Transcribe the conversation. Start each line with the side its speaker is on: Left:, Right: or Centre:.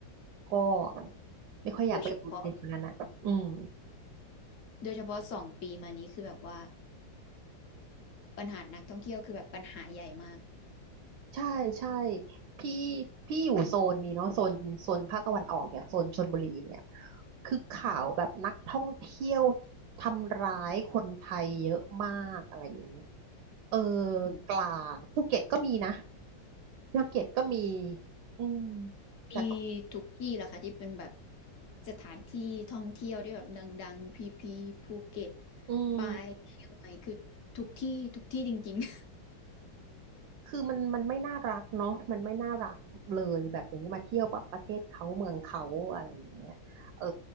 Right: ก็ไม่ค่อยอยากไปอยู่ในแถวนั้นอ่ะอืม
Left: โดยเฉพาะโดยเฉพาะสองปีมานี้คือแบบว่าปัญหานักท่องเที่ยวคือแบบปัญหาใหญ่มาก
Right: ใช่ใช่พี่พี่อยู่โซนนี้เนาะโซนโซนภาคตะวันออกเนี่ยโซนชลบุรีเนี่ยคือข่าวแบบนักท่องเที่ยว
Left: ค่ะ
Right: ทำร้ายคนไทยเยอะมากอะไรอย่างเงี้ยเออ
Left: อืม
Right: กลางภูเก็ตก็มีนะภูเก็ตก็มีอืมแต่ก็
Left: มีทุกที่แหละค่ะที่เป็นแบบสถานที่ท่องเที่ยวที่แบบดังๆพีพีภูเก็ต
Right: อืม
Left: ปายเชียงใหม่คือทุกที่ทุกที่จริงๆ
Right: คือมันมันไม่น่ารักเนาะมันไม่น่ารักเลยแบบอย่างนี้มาเที่ยวประเทศเขาเมืองเขาอะไรอย่างเงี้ยเออ